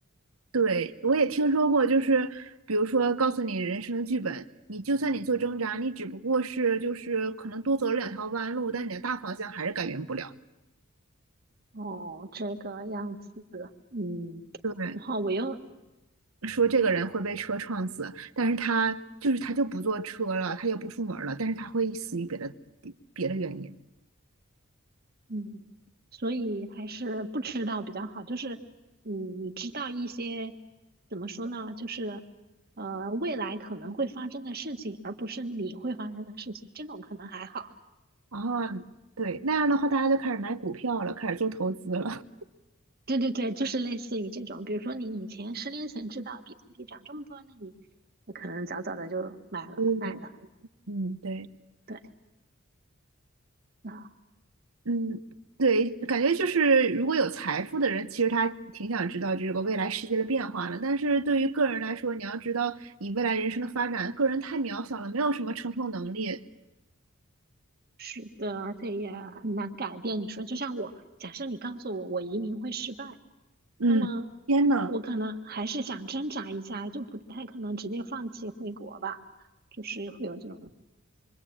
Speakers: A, on the right; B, on the right.
A: 对，我也听说过，就是比如说告诉你人生的剧本，你就算你做挣扎，你只不过是就是可能多走了两条弯路，但你的大方向还是改变不了。
B: 哦，这个样子，嗯，
A: 对，
B: 然后我又
A: 说这个人会被车撞死，但是他就是他就不坐车了，他也不出门了，但是他会死于别的别的原因。
B: 嗯，所以还是不知道比较好。就是，嗯，你知道一些怎么说呢？就是，呃，未来可能会发生的事情，而不是你会发生的事情，这种可能还好。
A: 啊，对，那样的话大家就开始买股票了，开始做投资了。
B: 对对对，就是类似于这种，比如说你以前十年前知道比特币涨这么多，那你你可能早早的就买了买了。
A: <laughs> 对，嗯，对。
B: 对啊，
A: 嗯，对，感觉就是如果有财富的人，其实他挺想知道这个未来世界的变化的。但是对于个人来说，你要知道你未来人生的发展，个人太渺小了，没有什么承受能力。
B: 是的，而且也很难改变。你说，就像我，假设你告诉我我移民会失败。
A: 嗯，
B: 那么
A: 天呐，
B: 我可能还是想挣扎一下，就不太可能直接放弃回国吧，就是会有这种，